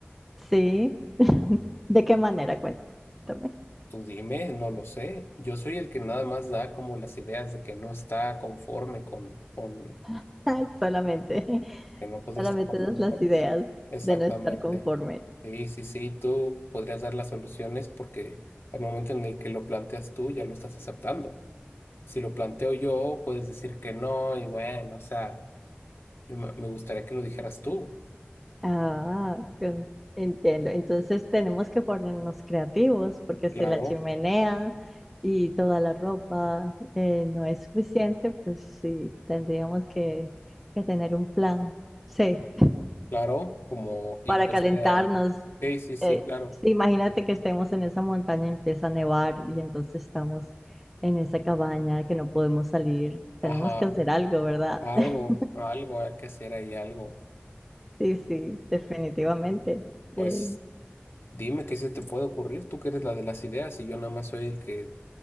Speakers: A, in the centre; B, on the left.
A: sí. <laughs> ¿De qué manera? Cuéntame.
B: Tú dime, no lo sé. Yo soy el que nada más da como las ideas de que no está conforme con, con,
A: <laughs> Solamente, <laughs>
B: que no puede
A: solamente
B: estar conforme
A: das las
B: con
A: ideas
B: eso. Exactamente.
A: de no estar conforme.
B: Sí, sí, sí, tú podrías dar las soluciones porque al momento en el que lo planteas tú ya lo estás aceptando. Si lo planteo yo, puedes decir que no y bueno, o sea, yo me me gustaría que lo dijeras tú.
A: Ah, con- entiendo. Entonces tenemos que ponernos creativos porque
B: Claro,
A: si la chimenea y toda la ropa eh, no es suficiente, pues sí, tendríamos que, que tener un plan C
B: claro, como, ¿y
A: para
B: cuál
A: calentarnos.
B: sería? Sí, sí, sí,
A: Eh,
B: claro.
A: sí, imagínate que estemos en esa montaña y empieza a nevar y entonces estamos en esa cabaña que no podemos salir. Tenemos
B: Ajá,
A: que hacer algo, ¿verdad?
B: algo,
A: <laughs>
B: algo hay que hacer ahí, algo.
A: Sí, sí, definitivamente.
B: Pues
A: Eh,
B: dime qué se te puede ocurrir, tú que eres la de las ideas y yo nada más soy el que